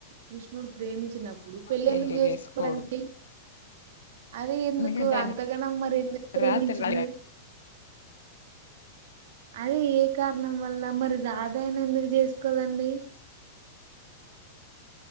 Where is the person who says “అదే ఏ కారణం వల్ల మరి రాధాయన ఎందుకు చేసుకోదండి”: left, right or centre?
Right